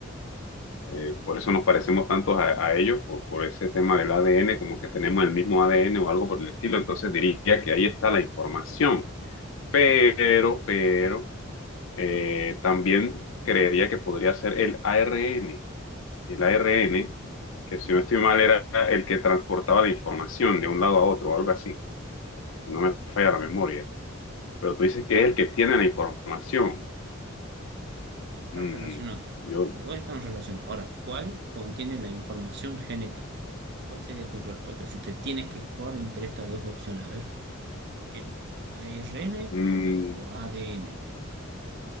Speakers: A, on the left; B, on the right.
A: Eh, por eso nos parecemos tantos a, a ellos, por, por ese tema del ADN, como que tenemos el mismo ADN o algo por el estilo. Entonces diría que ahí está la información. Pero, pero, eh, también creería que podría ser el ARN. El ARN, que si no estoy mal, era el que transportaba la información de un lado a otro, o algo así. Si no me falla la memoria. Pero tú dices que es el que tiene la información.
B: Están
A: Mm,
B: relacionados.
A: yo
B: Los dos están relacionados. Ahora, ¿cuál contiene la información genética? ¿Cuál sería tu respuesta si te tienes que jugar entre estas dos opciones? A ver, ¿qué eliges? ¿ARN
A: mm,
B: o ADN?